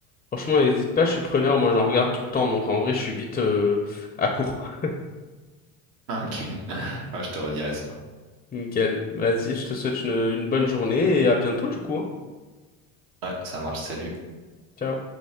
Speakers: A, on the left (about 20°); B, on the right (about 75°).
A: franchement, n'hésite pas, je suis preneur. Moi, j'en regarde tout le temps. Donc, en vrai, je suis vite euh, à court.
B: <laughs> Ok. <laughs> Ouais, je te redirai ça.
A: <laughs> Nickel. Vas-y, je te souhaite une, une bonne journée et à bientôt, du coup. hein.
B: Ouais, ça marche. Salut.
A: Ciao.